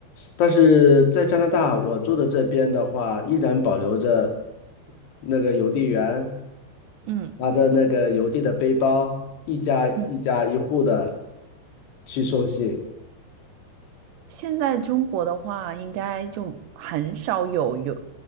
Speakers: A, on the left; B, on the right.
A: 但是在加拿大，我住的这边的话，依然保留着那个邮递员
B: 嗯
A: 拿着那个邮递的背包，一家一家一户的
B: 嗯，
A: 去送信。
B: 现在中国的话，应该就很少有邮